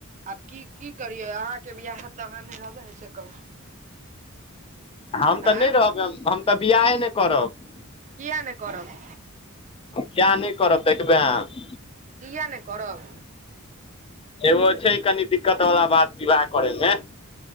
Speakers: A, on the right; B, on the left.
A: आब की की करियै अहाँके बियाह हैत तऽ अहाँ नै रहबै से कहू।
B: हम तऽ
A: आँय
B: नै रहबै हम तऽ बियाहे नै करब।
A: कियै नै करब?
B: हम बियाह नै करब देखबै अहाँ।
A: कियै नै करब?
B: एगो छै कनी दिक्कत वला बात विवाह करै में।